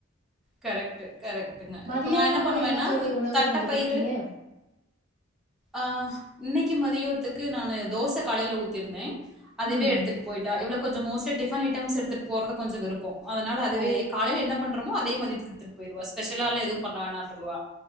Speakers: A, in the centre; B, on the right.
A: கரெக்ட்டு கரெக்டுங்க
B: மதியானோ
A: இப்ப நா என்ன பண்ணுவேன்னா
B: தோழி உணவு
A: தட்டப்பயிறு
B: செஞ்சு குடுத்தீங்க?
A: அ இன்னிக்கு மதியோத்துக்கு நானு தோச காலைல ஊத்தியிருந்த அதுவே
B: ம்.
A: எடுத்துட்டு போயிட்டா இவளுக் கொஞ்சோ மோஸ்ட்லி டிஃபன் ஐட்டம்ஸ் எடுத்துட்டு போறது கொஞ்சோ விருப்போ அதனால அதுவே
B: ஓ
A: காலைல என்ன பண்றமோ அதே மதியத்துக்கு எடுத்துட்டு போயிருவா ஸ்பெஷலால்லா எது பண்ண வேண்டான்னுருவா